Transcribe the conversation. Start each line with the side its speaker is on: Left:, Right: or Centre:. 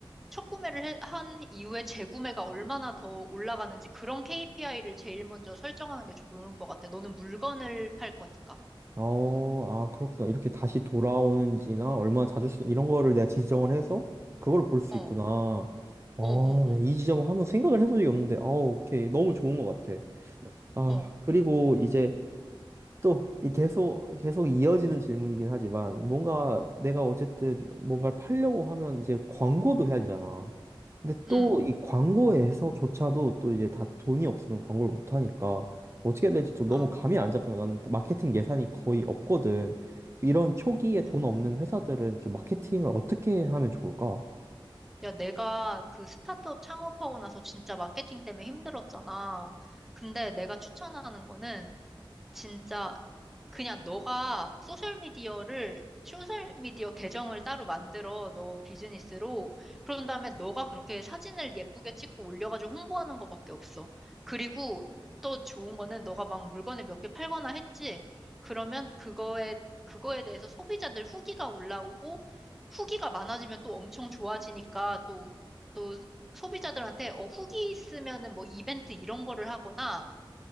Centre: 첫 구매를 해- 한 이후에 재구매가 얼마나 더 올라가는지 그런 KPI를 제일 먼저 설정하는 게 좋은 것 같아. 너는 물건을 팔 거니까.
Right: 어, 아, 그렇구나. 이렇게 다시 돌아오는지나 얼마나 자주 쓰 이런 거를 내가 지정을 해서 그걸 볼 수
Centre: 어,
Right: 있구나.
Centre: 어,
Right: 어,
Centre: 어,
Right: 네,
Centre: 어,
Right: 이 지점을 한번 생각을 해본 적이 없는데, 어, 오케이. 너무 좋은 것 같아. 아,
Centre: 어,
Right: 그리고 이제 또 이 계속 계속 이어지는 질문이긴 하지만 뭔가 내가 어쨌든 뭔가를 팔려고 하면 이제 광고도 해야 되잖아. 근데 또
Centre: 음,
Right: 이 광고에서조차도 또 이제 다 돈이 없으면 광고를 못 하니까 어떻게 해야 될지 좀
Centre: 아,
Right: 너무 감이 안 잡힌 거야. 나는 마케팅 예산이 거의 없거든. 그 이런 초기에 돈
Centre: 음.
Right: 없는 회사들은 좀 마케팅을 어떻게 하면 좋을까?
Centre: 야, 내가 그 스타트업 창업하고 나서 진짜 마케팅 때문에 힘들었잖아. 근데 내가 추천하는 거는 진짜 그냥 너가 소셜미디어를, 소셜미디어 계정을 따로 만들어, 너 비즈니스로. 그런 다음에 너가 그렇게 사진을 예쁘게 찍고 올려가지고 홍보하는 거밖에 없어. 그리고 또 좋은 거는 너가 막 물건을 몇 개 팔거나 했지. 그러면 그거에, 그거에 대해서 소비자들 후기가 올라오고, 후기가 많아지면 또 엄청 좋아지니까 또, 또 소비자들한테 어, 후기 있으면은 뭐 이벤트 이런 거를 하거나,